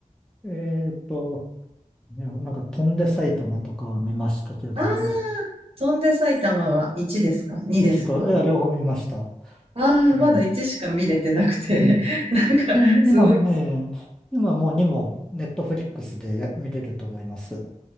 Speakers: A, in the centre; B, on the right.
A: えーと、いや、なんか飛んで埼玉とかは見ましたけど、
B: ああ、翔んで埼玉は1ですか ?2
A: 一度、
B: ですか
A: いや、両方見ました。
B: ああ、まだ1しか見れてなくて、
A: うん。うんい
B: <laughs> なんか、すごい、
A: 今、えー今もう2もネットフリックスでや見れると思います。